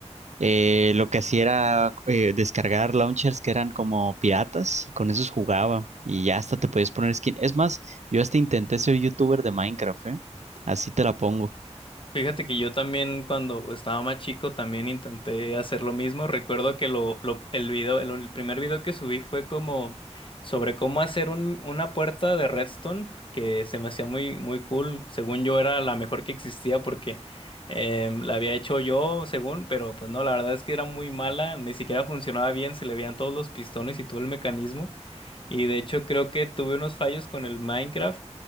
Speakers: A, on the right; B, on the left.
A: eh, lo que hacía era eh, descargar launchers que eran como piratas y con esos jugaba y ya hasta te podías poner skin. Es más, yo hasta intenté ser youtuber de Minecraft, eh. Así te la pongo.
B: Fíjate que yo también cuando estaba más chico también intenté hacer lo mismo. Recuerdo que lo, lo- el video, el, el primer video que subí fue como sobre cómo hacer un- una puerta de redstone que se me hacía muy, muy cool. Según yo era la mejor que existía porque eh, la había hecho yo, según, pero pues no, la verdad es que era muy mala, ni siquiera funcionaba bien, se le veían todos los pistones y todo el mecanismo. Y de hecho creo que tuve unos fallos con el Minecraft